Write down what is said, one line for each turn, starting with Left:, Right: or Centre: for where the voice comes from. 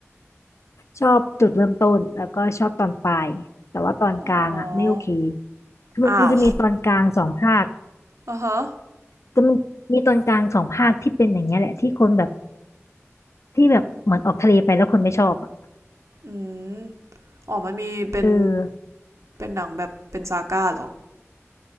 Left: ชอบจุดเริ่มต้นแล้วก็ชอบตอนปลายแต่ว่าตอนกลางอ่ะไม่โอเค
Right: อ๋อ
Left: คือมันจะมีตอนกลางสองภาค
Right: อ้าวอ่ะฮะ
Left: ก็มันมีตอนกลางสองภาคที่เป็นอย่างเงี้ยแหละที่คนแบบที่แบบเหมือนออกทะเลไปแล้วคนไม่ชอบอ่ะ
Right: อืมอ๋อมันมีเป็น
Left: เออ
Right: เป็นหนังแบบเป็นซาก้าเหรอ